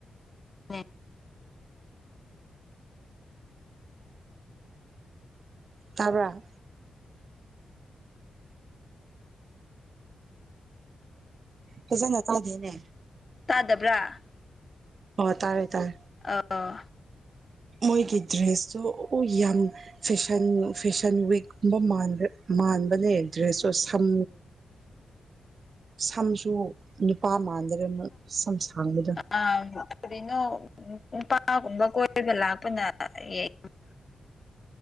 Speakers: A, on the left; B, on the right.
A: ꯅꯦ
B: ꯇꯥꯕ꯭ꯔꯥ ꯐꯖꯅ ꯇꯥꯗꯦꯅꯦ
A: ꯇꯥꯗꯕ꯭ꯔꯥ
B: ꯑꯣ ꯇꯥꯔꯦ ꯇꯥꯔꯦ
A: ꯑꯥꯎ
B: ꯃꯣꯏꯒꯤ ꯗ꯭ꯔꯦꯁꯇꯨ <unintelligible> ꯌꯥꯝ ꯐꯦꯁꯟ ꯐꯦꯁꯟ ꯋꯤꯛꯀꯨꯝꯕ ꯃꯥꯟꯕ ꯃꯥꯟꯕꯅꯦ ꯗ꯭ꯔꯦꯁꯇ ꯁꯝ ꯁꯝꯁꯨ ꯅꯨꯄꯥ ꯃꯥꯟꯗꯔꯦ ꯁꯝ ꯁꯥꯡꯕꯗ
A: <unintelligible> ꯀꯔꯤꯅꯣ ꯅꯨꯄꯥꯒꯨꯝꯕ ꯀꯣꯏꯔꯕ ꯂꯥꯛꯄꯅ <unintelligible>